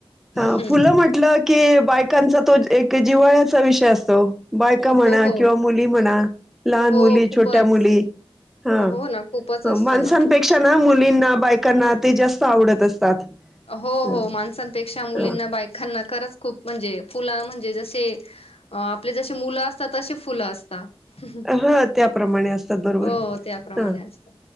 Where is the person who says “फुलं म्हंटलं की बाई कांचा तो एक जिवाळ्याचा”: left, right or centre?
Centre